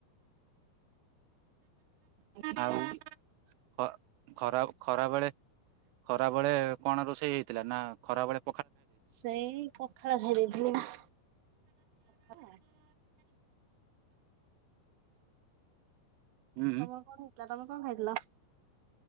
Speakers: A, on the right; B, on the right.
A: <inaudible>
B: ଆଉ ଖ ଖରା ଖରାବେଳେ ଖରାବେଳେ କଣ ରୋଷେଇ ହେଇଥିଲା? ନା ଖରାବେଳେ
A: ସେଇ ପଖାଳ ଭୋରୁଧି ପଖାଳ
B: ହୁଁ
A: ହଁ ଆଉ ତମର କଣ ହେଇଥିଲା ତମେ କଁ ଖାଇଥିଲ?